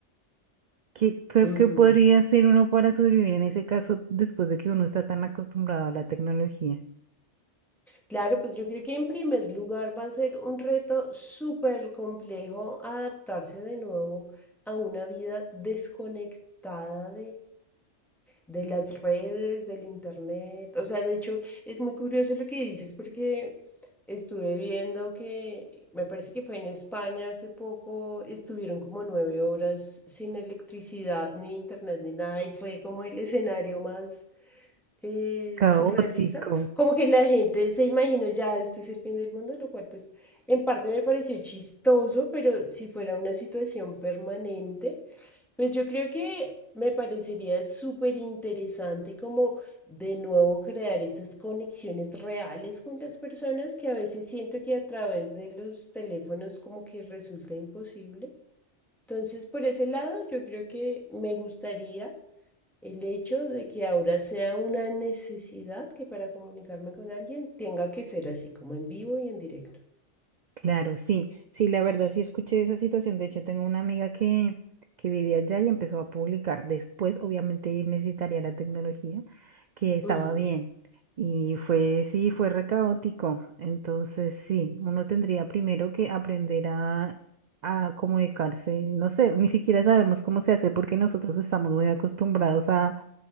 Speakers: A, on the right; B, in the centre.
A: ¿Qué, qué,
B: ujú.
A: qué podría hacer uno para sobrevivir en ese caso después de que uno está tan acostumbrado a la tecnología?
B: Claro, pues yo creo que en primer lugar va a ser un reto súper complejo adaptarse de nuevo a una vida desconectada de las redes, del internet. O sea, de hecho, es muy curioso lo que dices porque estuve viendo que, me parece que fue en España hace poco, estuvieron como nueve horas sin electricidad, ni internet, ni nada, y fue como el escenario más eh,
A: Caótico.
B: surrealista. Como que la gente se imaginó ya, este es el fin del mundo, lo cual pues en parte me pareció chistoso, pero si fuera una situación permanente. Pues yo creo que me parecería súper interesante como de nuevo crear esas conexiones reales con las personas que a veces siento que a través de los teléfonos como que resulta imposible. Entonces, por ese lado, yo creo que me gustaría el hecho de que ahora sea una necesidad que para comunicarme con alguien tenga que ser así, como en vivo y en directo.
A: Claro, sí, sí, la verdad sí escuché esa situación. De hecho, tengo una amiga que, que vive allá y empezó a publicar. Después, obviamente, necesitaría la tecnología, que estaba
B: Ujú,
A: bien. Y fue, sí, fue re caótico. Entonces, sí, uno tendría primero que aprender a, a comunicarse. No sé, ni siquiera sabemos cómo se hace porque nosotros estamos muy acostumbrados a